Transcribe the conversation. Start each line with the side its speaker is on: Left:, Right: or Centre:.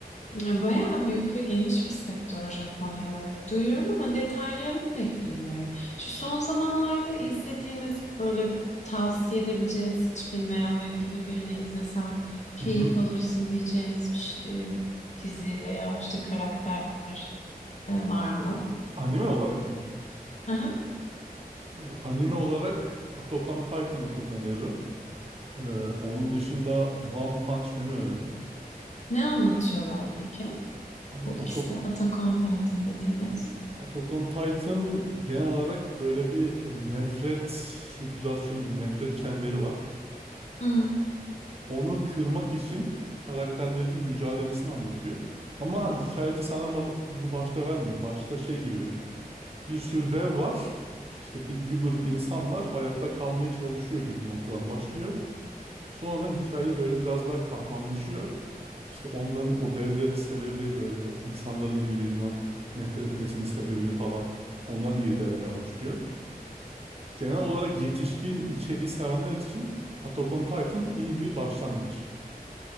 Left: Yani Bayağı büyük ve geniş bir sektör Japonya. evet. Duyuyorum ama detaylarını pek bilmiyorum. Şu son zamanlarda izlediğiniz böyle tavsiye edebileceğiniz hiç bilmeyen benim gibi birine izlesen keyif
Right: Hı hı.
Left: alırsın diyeceğiniz bir şey- e, dizi veya işte karakter e, var mı?
Right: Anime olarak mı?
Left: Aha.
Right: Vallahi Anime olarak Attack on Titan'ı çok öneririm. E, onun dışında One Punch Man'i öneririm.
Left: Ne anlatıyorlar peki?
Right: Ama
Left: Bu ikisi
Right: Attack,
Left: Attack Titan dediniz.
Right: Attack on Titan genel olarak böyle bir e, nefret sirkülasyonu, bir nefret çemberi var.
Left: Hı.
Right: onu kırmak için karakterlerin mücadelesini anlatıyor. Ama hikayede sana bana- bunu başta vermiyor. Başta şey gibi veriyor. Bir sürü dev var. İşte bir, bir grup insan var. Hayatta kalmaya çalışıyor gibi bir noktadan başlıyor. Sonra hikaye böyle biraz daha katmanlaşıyor. İşte onların o devlerin sebebi böyle insanların birbirinden nefret etmesinin sebebini falan onları irdelemeye başlıyor. Genel olarak yetişkin içeriği sevenler için Attack on Titan iyi bir başlangıç.